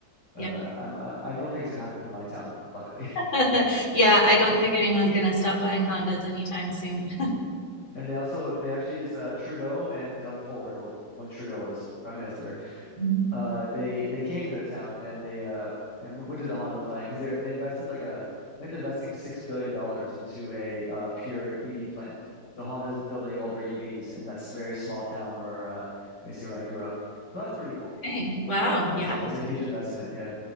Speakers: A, on the left; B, on the left.
A: uh,
B: yeah
A: I'm I, I don't think it's gonna happen to my town, luckily.
B: <laughs> yeah i don't think anyone's going to stop buying hondas anytime soon
A: <laughs> And they also they actually just uh, Trudeau and Doug Ford. Well, when Trudeau was prime minister,
B: <laughs>
A: uh, they they came to their town and they uh, and went to the Honda plant because they they invested like a I think they're investing six billion dollars into a uh, pure EV plant. So Honda's building all their EVs in that s- very small town where uh, basically where I grew up. So that's pretty cool.
B: okay wow yeah
A: It's a, it's a huge investment. Yeah,